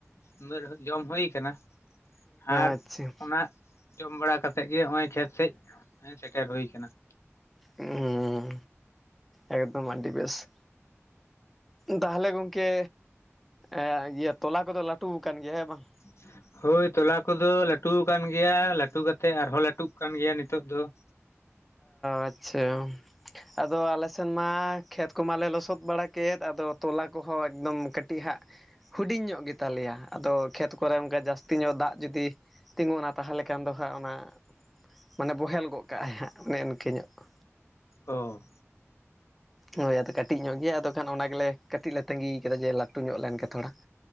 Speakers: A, on the left; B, in the centre.
A: <inaudible> ᱡᱚᱢ ᱦᱩᱭ ᱠᱟᱱᱟ ᱾ ᱟᱨ
B: ᱟᱪᱪᱷᱟ
A: ᱚᱱᱟᱼᱼ ᱡᱚᱢ ᱵᱟᱲᱟ ᱠᱟᱛᱮᱫ ᱜᱮ ᱱᱚᱜᱼᱚᱭ ᱠᱷᱮᱛ ᱥᱮᱡ ᱥᱮᱴᱮᱨ ᱦᱩᱭ ᱠᱟᱱᱟ ᱾
B: ᱦᱩᱸ ᱮᱠᱫᱚᱢ ᱟᱰᱤ ᱵᱮᱥ ᱾ ᱛᱟᱦᱚᱞᱮ ᱜᱚᱝᱠᱮ ᱮ ᱤᱭᱟᱹ ᱛᱚᱞᱟ ᱠᱚᱫᱚ ᱞᱟᱹᱴᱩ ᱟᱠᱟᱱ ᱜᱮᱭᱟ ᱦᱮᱸ ᱵᱟᱝ ᱾
A: ᱦᱮ <unintelligible> ᱦᱳᱭ ᱛᱚᱞᱟ ᱠᱚᱫᱚ ᱞᱟᱹᱴᱩ ᱠᱟᱱ ᱜᱮᱭᱟ, ᱞᱟᱹᱴᱩ ᱠᱟᱛᱮᱜ ᱟᱨᱦᱚᱸ ᱞᱟᱹᱴᱩᱜ ᱠᱟᱱ ᱜᱮᱭᱟ ᱱᱤᱛᱚᱜ ᱫᱚ ᱾
B: ᱟᱪᱪᱷᱟ, ᱟᱫᱚ ᱟᱞᱮᱼᱼ ᱥᱮᱱᱢᱟ ᱠᱷᱮᱛ ᱠᱚᱢᱟᱞᱮ ᱞᱚᱥᱚᱫ ᱵᱟᱲᱟ ᱠᱮᱫ, ᱟᱫᱚ ᱛᱚᱞᱟ ᱠᱚᱦᱚᱸ ᱮᱠᱫᱚᱢ ᱠᱟᱹᱴᱤᱡ ᱦᱟᱸᱜᱼᱼ ᱦᱩᱰᱤᱧ ᱧᱚᱜ ᱜᱮᱛᱟᱞᱮᱭᱟ, ᱟᱫᱚ ᱠᱷᱮᱛ ᱠᱚᱨᱮ ᱚᱱᱠᱟ ᱡᱟᱹᱥᱛᱤ ᱧᱚᱜ ᱫᱟᱜ ᱡᱩᱫᱤᱼᱼ ᱛᱤᱸᱜᱩᱱᱟ ᱛᱟᱦᱚᱞᱮ ᱠᱷᱟᱱ ᱫᱚ ᱦᱟᱸᱜ ᱚᱱᱟ, ᱢᱟᱱᱮ ᱵᱚᱦᱮᱞ ᱜᱚᱫ ᱠᱟᱜᱼᱟᱭ ᱦᱟᱸᱜ ᱾ ᱚᱱᱮ ᱤᱱᱠᱟᱹ ᱧᱚᱜ ᱾
A: ᱚ
B: ᱦᱳᱭ ᱟᱫᱚ ᱠᱟᱹᱴᱤᱡ ᱧᱚᱜ ᱜᱮᱭᱟ ᱟᱫᱚ ᱠᱷᱟᱱ ᱚᱱᱟ ᱜᱮᱞᱮ ᱠᱟᱹᱴᱤᱡ ᱞᱮ ᱛᱟᱸᱟᱹᱜᱤ ᱠᱟᱫᱟ ᱡᱮ ᱞᱟᱹᱴᱩ ᱧᱚᱜ ᱞᱮᱱ ᱜᱮ ᱛᱷᱚᱲᱟ ᱾